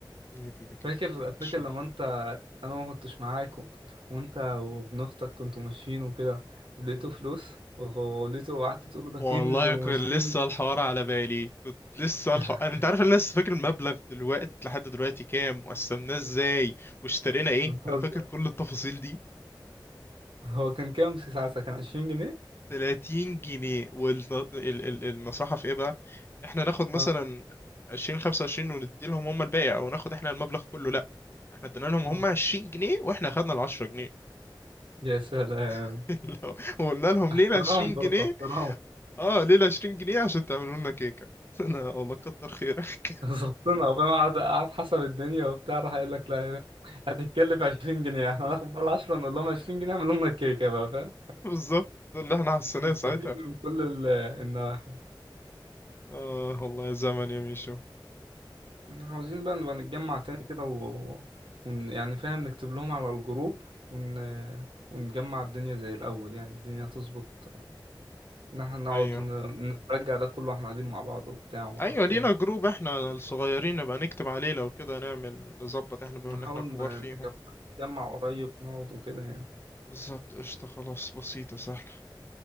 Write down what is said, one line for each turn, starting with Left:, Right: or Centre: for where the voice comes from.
Left: هي دي, دي كانت
Right: فاكر
Left: اكشن
Right: فاكر لما أنت أنا ما كنتش معاك و... وأنت وابن أختك كنتوا ماشيين وكده ولقيتوا
Left: مم.
Right: فلوس وخ- ولقيته وقعدت تقول له ده
Left: والله
Right: كنز ومش
Left: كنت لسه
Right: كنز
Left: الحوار على بالي كنت لسه
Right: <laughs>
Left: الحوار انا انت عارف انا لسه فاكر المبلغ دلوقتي لحد دلوقتي كام وقسمناه ازاي واشترينا ايه
Right: بتهزر
Left: انا فاكر كل التفاصيل دي
Right: هو كان كام ساعتها كان 20 جنيه
Left: 30 جنيه والنصيحة في ايه بقى احنا ناخد مثلا
Right: اه
Left: 20 25 وندي لهم هم الباقي او ناخد احنا المبلغ كله لا احنا ادينا لهم هم
Right: اه
Left: 20 جنيه واحنا خدنا ال 10 جنيه
Right: يا سلام
Left: <laughs> اللي هو وقلنا لهم
Right: احترام
Left: ليه ال 20
Right: برضه
Left: جنيه
Right: احترام
Left: اه ليه ال 20 جنيه عشان تعملوا لنا كيكة <laughs> انا والله كتر خيرك <laughs>
Right: ظبطنا فاهم قعد قعد حسب الدنيا وبتاع راح قايل لك لا لا، هتتكلف 20 جنيه احنا هناخد بقى 10 نقول لهم 20 جنيه اعملوا لنا الكيكه بقى فاهم
Left: بالظبط ده اللي احنا حسيناه
Right: نستفيد
Left: ساعتها
Right: من كل ال- النواحي
Left: اه والله يا زمن يا ميشو
Right: عاوزين بقى نبقى نتجمع تاني كده و... ون... يعني فاهم نكتب لهم على الجروب ون... ونجمع الدنيا زي الأول يعني الدنيا هتظبط إن احنا نقعد
Left: ايوه
Right: ون- نرجع ده كله واحنا قاعدين مع بعض وبتاع ومعرفش
Left: ايوه لينا
Right: ايه
Left: جروب احنا الصغيرين نبقى نكتب عليه لو كده نعمل نظبط احنا بما
Right: نحاول
Left: ان احنا الكبار
Right: ن-
Left: فيهم
Right: نجمع نتجمع قريب نقعد وكده يعني
Left: بالظبط قشطة خلاص بسيطة سهلة